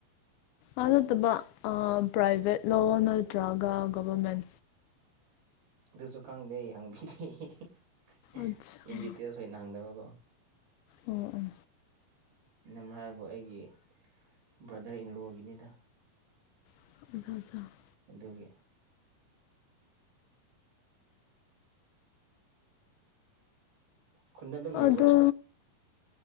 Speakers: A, on the left; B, on the right.
A: ꯥ ꯅꯠꯇꯕ ꯄ꯭ꯔꯥꯏꯚꯦꯠꯂꯣ ꯅꯠꯇ꯭ꯔꯒ ꯒꯚꯔꯃꯦꯟ
B: ꯑꯗꯨꯁꯨ ꯈꯪꯗꯦ ꯍꯪꯕꯤ <unintelligible>
A: ꯑꯠꯁꯥ
B: ꯏꯟꯗꯤꯇꯦꯜꯁ ꯑꯣꯏ <unintelligible>
A: ꯑꯣ ꯑꯣ
B: ꯝ ꯍꯥꯏꯕꯨ ꯑꯩꯒꯤ ꯕ꯭ꯔꯗꯔ ꯏꯟꯂꯣꯒꯤꯅꯤꯗ
A: <unintelligible>
B: ꯗꯨꯒꯤ ꯈꯨꯟꯗ ꯑꯗꯨꯝ ꯂꯩꯕ꯭ꯔꯣ
A: ꯑꯗꯣ